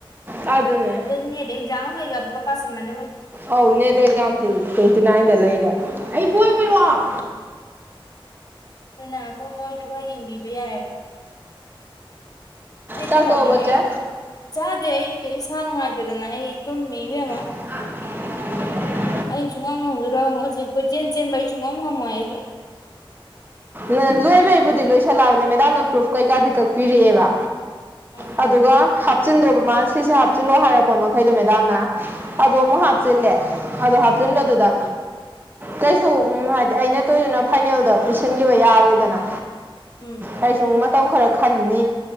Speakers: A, on the right (about 20°); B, on the left (about 40°).
A: ꯑꯗꯨ ꯑꯗꯨꯅꯦ
B: ꯑꯗꯨꯗꯅꯤꯗ ꯌꯥꯥꯉ ꯀꯩ ꯀ ꯄꯁꯟ ꯃꯅꯤ
A: ꯑꯧ ꯅꯦꯠ ꯑꯦꯛꯖꯥꯝꯁꯨ ꯇ꯭ꯋꯦꯟꯇꯤ ꯅꯥꯏꯟꯗ ꯂꯩꯔꯦ ꯑꯩ ꯐꯣꯟ ꯄꯤꯔꯛꯑꯣ
B: ꯑꯗꯨꯅ ꯑꯩꯈꯣꯏ ꯃꯣꯏꯁꯨ ꯈꯔ ꯌꯦꯡꯕꯤꯕ ꯌꯥꯏꯑꯕ ꯑꯩꯗꯤ
A: ꯆꯥꯛꯇꯣꯛꯑꯕꯣ
B: ꯉꯝꯃꯣ ꯑꯩ
A: ꯆꯦ
B: ꯆꯥꯗꯦ ꯑꯩꯁꯦ ꯏꯁꯥ ꯅꯨꯡꯉꯥꯏꯇꯦꯗꯅ ꯑꯩ ꯇꯨꯝꯃꯤ ꯏꯕꯦꯝꯃ
A: ꯑ
B: ꯑꯩ ꯁꯨꯡꯉꯝ ꯉꯝꯒꯤꯏꯔꯣ ꯍꯧꯖꯤꯛ ꯀꯣꯏ ꯆꯦꯟ ꯆꯦꯟꯕ ꯑꯩ ꯁꯨꯡ ꯉꯝ ꯉꯝꯃꯣꯏ ꯑꯩꯁꯨ
A: ꯅ ꯂꯣꯏꯕꯩꯕꯨꯗꯤ ꯂꯣꯏꯁꯜꯂꯛꯑꯕꯅꯦ ꯃꯦꯗꯥꯝꯅ ꯄ꯭ꯔꯨꯐ ꯀꯩꯀꯥꯗꯤ ꯀꯛꯄꯤꯔꯛꯑꯦꯕ
B: ꯑꯦ
A: ꯑꯗꯨꯒ ꯍꯥꯞꯆꯤꯟꯗꯣꯕ ꯃꯥ ꯁꯤꯁꯦ ꯍꯥꯞꯆꯤꯜꯂꯣ ꯍꯥꯏꯔꯛꯄ ꯃꯈꯩꯗꯣ ꯃꯦꯗꯥꯝꯅ ꯑꯗꯨ ꯑꯃꯨꯛ ꯍꯥꯞꯆꯤꯜꯂꯦ ꯑꯗꯨ ꯍꯥꯞꯆꯤꯟꯕꯗꯨꯗ ꯀꯩꯁꯨ ꯎ ꯍꯥꯏꯗꯤ ꯑꯩꯅ ꯇꯣꯏꯗꯅ ꯐꯥꯏꯅꯦꯜꯗ ꯄꯤꯁꯤꯟꯈꯤꯕ ꯌꯥꯔꯣꯏꯗꯅ
B: ꯎꯝ
A: ꯑꯩꯁꯨ ꯃꯇꯝ ꯈꯔ ꯈꯟꯅꯤ